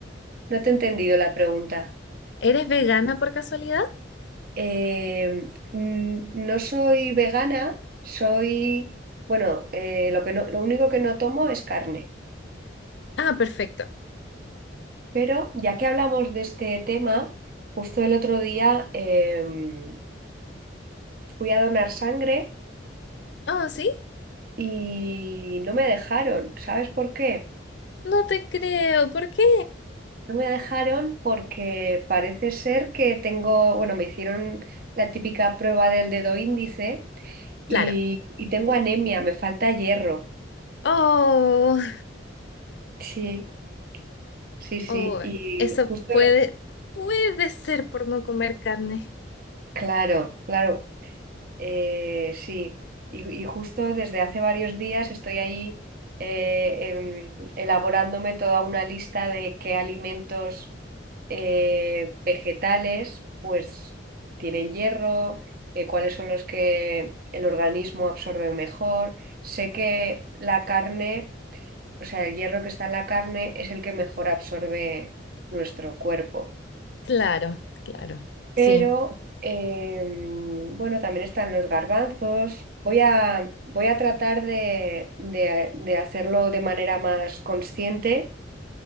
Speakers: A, on the right (about 50°); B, on the left (about 65°).
A: no te he entendido la pregunta.
B: ¿Eres vegana por casualidad?
A: Eh, mm, no soy vegana, soy, bueno, eh, lo que no, lo único que no tomo es carne.
B: Ah, perfecto.
A: Pero ya que hablamos de este tema, justo el otro día em, fui a donar sangre
B: Ah, ¿sí?
A: y no me dejaron. ¿Sabes por qué?
B: No te creo. ¿Por qué?
A: No me dejaron porque parece ser que tengo, bueno, me hicieron la típica prueba del dedo índice
B: Claro.
A: y, y tengo anemia, me falta hierro.
B: Oh,
A: Sí. Sí, sí,
B: oh,
A: y
B: eso
A: justo,
B: puede, puede ser por no comer carne.
A: claro, claro, eh, sí, y, y justo desde hace varios días estoy ahí eh, em, elaborándome toda una lista de qué alimentos eh, vegetales pues tienen hierro, eh, cuáles son los que el organismo absorbe mejor. Sé que la carne, o sea, el hierro que está en la carne es el que mejor absorbe nuestro cuerpo.
B: Claro, claro.
A: Pero
B: Sí,
A: em, bueno, también están los garbanzos. Voy a, voy a tratar de, de- de hacerlo de manera más consciente